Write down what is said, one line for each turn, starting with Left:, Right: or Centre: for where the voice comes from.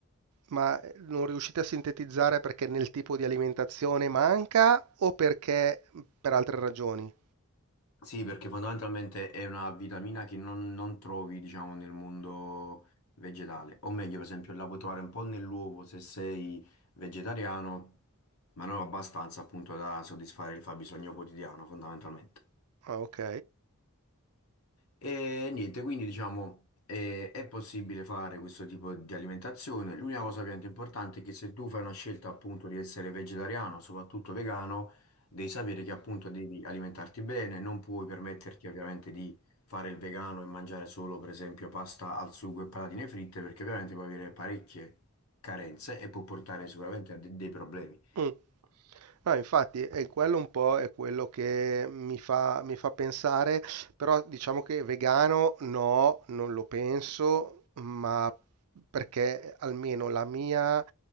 Right: Ma non riuscite a sintetizzare perché nel tipo di alimentazione manca o perché per altre ragioni?
Left: Sì, perché fondamentalmente è una vitamina che non, non trovi, diciamo, nel mondo vegetale. O meglio, per esempio, la puoi trovare un po' nell'uovo se sei vegetariano, ma non abbastanza appunto da soddisfare il fabbisogno quotidiano, fondamentalmente.
Right: Ah, ok.
Left: E niente, quindi diciamo eh, è, possibile fare questo tipo di alimentazione. L'unica cosa ovviamente importante è che se tu fai una scelta appunto di essere vegetariano, soprattutto vegano, devi sapere che appunto devi alimentarti bene, non puoi permetterti ovviamente di fare il vegano e mangiare solo per esempio pasta al sugo e patatine fritte perché ovviamente puoi avere parecchie carenze e può portare sicuramente a de- dei problemi.
Right: Mh. No, infatti, e quello un po' è quello che mi fa mi fa pensare, però diciamo che vegano no, non lo penso, ma perché almeno la mia